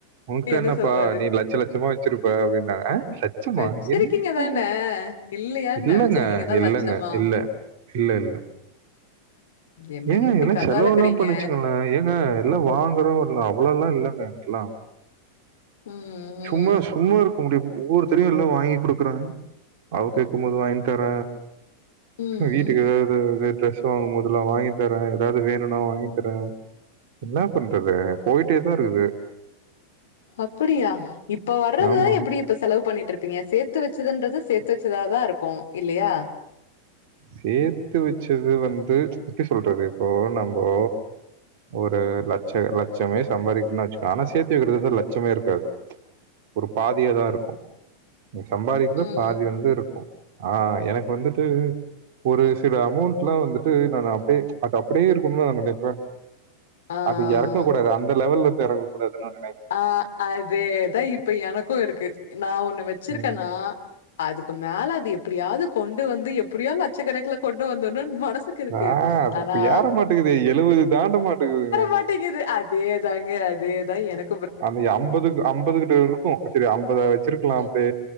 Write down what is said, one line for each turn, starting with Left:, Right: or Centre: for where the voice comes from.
Right: ஊங்கிட்ட
Left: என்ன
Right: என்னப்பா
Left: சொல்றாரு?
Right: நீ லட்ச லட்சமா வச்சிருப்ப அப்டின்னாங்க அ லட்சமா
Left: "வச்சிருக்கீங்க
Right: என்ன
Left: தான? இல்லையான்னேன்.
Right: இல்லங்க
Left: வச்சிருக்கீங்க தான்
Right: இல்லங்க
Left: லட்சமா?"
Right: இல்ல இல்ல இல்ல
Left: என்னங்க
Right: ஏங்க
Left: இப்படி
Right: எல்லா
Left: கத
Right: செலவல்லா
Left: அளக்குறீங்க?
Right: பண்ணிச்சுங்களே ஏங்க எல்லா வாங்குறோல்ல அவ்வளோ லா இல்லங்க ஆக்சுலா
Left: ம் ம்,
Right: சும்மா சும்மா இருக்க முடியுமோ ஒருத்தரையு எல்லா வாங்கி குடுக்குறங்க அவ கேக்கும்மோது வாங்கி தர
Left: ம்.
Right: வீட்டுக்கு எதாவ்து இதே டிரெஸ் ஸிவாங்கும்மோதெல்லா வாங்கி தர எதாவ்து வேணுன்னா வாங்கிதர என்னாப் பண்றது பொய்ட்டே தாஇருக்குது
Left: அப்புடியா இப்ப வர்ரதுதா
Right: ஆமா.
Left: எப்புடி இப்ப செலவ் பண்ணிட்டுருப்பீங்க சேத்து வச்சதுன்றது சேத்து வச்சதாதாருக்கு இல்லயா
Right: சேத்து வச்சது வந்து எப்டிசொல்றது இப்போ நம்போ ஒரு லட்ச லட்சமே சம்பாரிக்கிறன்னா வச்சுக்கோ ஆனா சேத்து வைக்கிறதுதா லட்சமே இருக்காது ஒரு பாதியா தாஇருக்கூ நீ சம்பாதிக்கிற
Left: ம்.
Right: பாதி வந்து இருக்கு அ எனக் வந்துட்டு ஒரு சில அமௌண்ட்லா வந்துட்டு நானு அப்டே அத் அப்டே இருக்கணு நா நெனைப்ப
Left: ஆ.
Right: அது எறக்க கூடாது அந்த லெவலெருந்து எறக்கூடாதுன் நா நெனை
Left: அ அதேதா இப்ப எனக்கு இருக்கு நா ஒன்னு வச்சிருக்கென்னா
Right: ம்.
Left: அதுக்குமேல அது எப்புடியாது கொண்டு வந்து எப் புடியோ லட்சக்கணக்குல கொண்டு வந்தர்ணுன் மனசுக்கு இருக்கு
Right: ஆ, அது
Left: அனா
Right: இப்ப ஏற மாட்டேங்குது எழுபது தாண்ட மாட்டக்குதுங்க
Left: மாட்டேங்குது அதேதாங்க அதேதா எனக்
Right: அன்னைக்கு அம்பதுக் அம்பதுகிட்ட இருக்கூ சரி அம்பத வச்சிர்க்கலா
Left: அ
Right: அப்டே